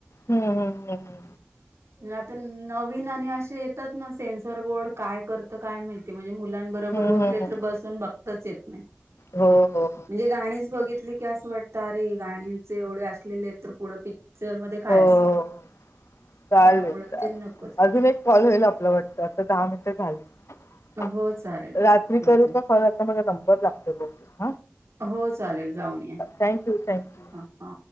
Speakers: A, on the left (about 75°); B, on the right (about 80°).
A: हम्म हम्म हम्
B: <unintelligible> आता नवीन आणि असे येतात ना सेन्सर बोर्ड काय करतं काय माहितीय म्हणजे मुलांबरोब बरोबर
A: हं,
B: वगैरे
A: हं, हं.
B: तर बसून बघताच येत नाही
A: हो हो हो
B: म्हणजे गाणीच बघितली की असं वाटतं अरे गाणीचे एवढे असलेले आहेत तर पुढं पिक्चरमध्येध्ये काय
A: हो.
B: असेल
A: चालेल
B: त्यामुळे
A: चालेल
B: ते नकोच वाटते
A: अजून एक कॉल होईल आपलं वाटतं आता दहा मिनटं झाली
B: हो चालेल
A: रात्री
B: ठेवते
A: करू का आता माझा नंबर लागतो बगू
B: हो चालेल जाऊन या
A: थँक्यू थँक्यू
B: ह हा